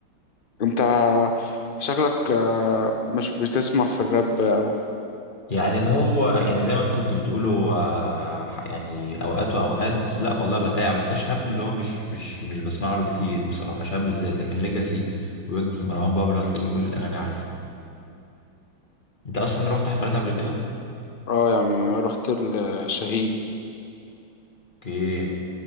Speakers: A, on the left; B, on the left.
A: انت شكلك آه، مش بتسمع في الراب أوي
B: يعني اللي هو يعني زي ما انت كنت بتقول هو ح- يعني اوقات واوقات بس لا والله بتاع بس انا شهاب اللي هو مش مش مش بسمع له كتير بصراحة شهاب بالذات لكن ليجاسي ويجز مروان بابلو هتلاقيني كل الاغاني عارفها انت اصلا رحت حفلات قبل كده
A: اه يا عم رحت الشاهين
B: اوكي